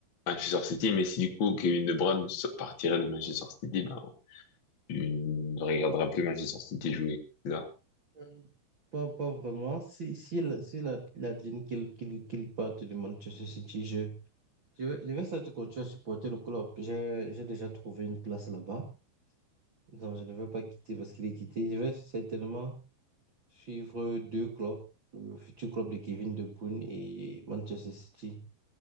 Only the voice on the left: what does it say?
Manchester City, mais si du coup Kevin De Bruyne so- partirait de Manchester City, ben, tu ne regarderas plus Manchester City jouer, c'est ça?